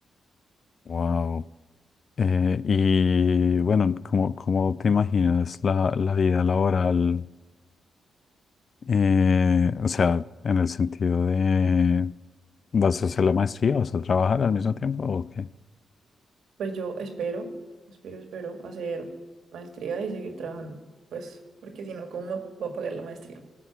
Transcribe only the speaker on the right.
Pues yo espero, espero, espero hacer maestría y seguir trabajando. Pues porque si no, ¿cómo me voy a pagar la maestría?